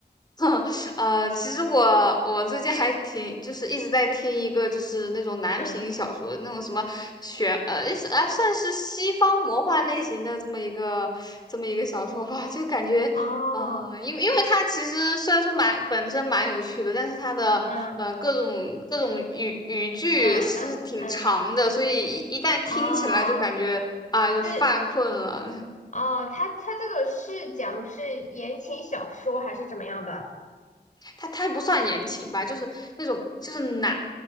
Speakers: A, on the left; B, on the left.
A: <laughs> 呃，其实我我最近还挺，就是一直在听一个就是那种男频小说，
B: 嗯，
A: 那种什么玄呃，是啊，算是西方魔幻类型的这么一个这么一个小说吧，就感觉。
B: 哦，
A: 呃，因为因为它其实虽然说蛮本身蛮有趣的，但是它的呃各种各种语语句其实挺长的，
B: 嗯嗯嗯嗯。
A: 所以一一旦听起来就感觉啊、
B: 哦，
A: 就犯困了。
B: 是哦，他他这个是讲的是言情小说还是怎么样的？
A: 它它也不算言情吧，就是那种就是男